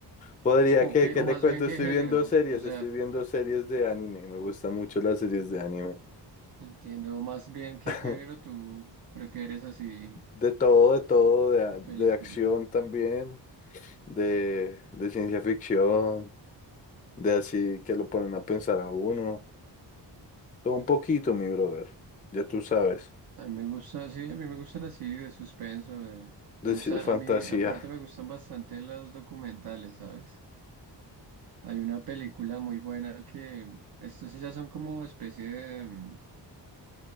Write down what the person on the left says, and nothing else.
podría
que,
¿qué
le
cuento?
Estoy
viendo series,
estoy viendo series de anime. Me gustan mucho las series de anime.
<laughs>
De todo, de todo, de, a-
de acción también, de, de ciencia ficción, de así que lo ponen a pensar a uno. Todo un poquito, mi brother. Ya tú sabes.
De
ci- fantasía.